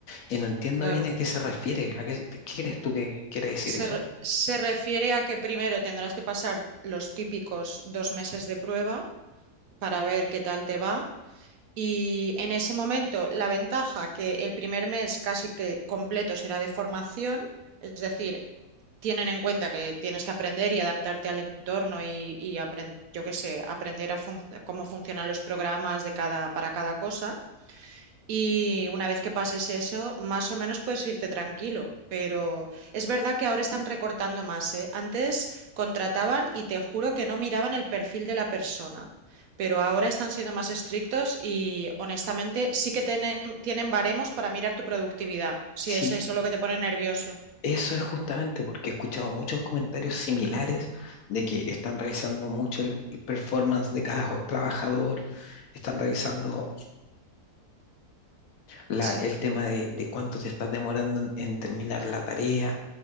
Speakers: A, on the left; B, on the right.
A: Y no entiendo
B: claro.
A: bien a qué se refiere. ¿A qué, qué crees tú que quiere decir
B: Se,
A: eso?
B: re- se refiere a que primero tendrás que pasar los típicos dos meses de prueba para ver qué tal te va Y en ese momento, la ventaja que el primer mes casi que completo será de formación, es decir, tienen en cuenta que tienes que aprender y adaptarte al entorno y, y apren- yo qué sé, aprender a func- cómo funcionan los programas de cada, para cada cosa. Y una vez que pases eso, más o menos puedes irte tranquilo. Pero es verdad que ahora están recortando más, ¿eh? Antes contrataban y te juro que no miraban el perfil de la persona. Pero ahora están siendo más estrictos y honestamente sí que tienen, tienen baremos para mirar tu productividad, si es
A: Sí,
B: eso lo que te pone nervioso.
A: eso es justamente porque he escuchado muchos comentarios similares de que están revisando mucho el el performance de cada jo- trabajador, están revisando la-
B: Sí.
A: el tema de, de cuánto te estás demorando en, en terminar la tarea,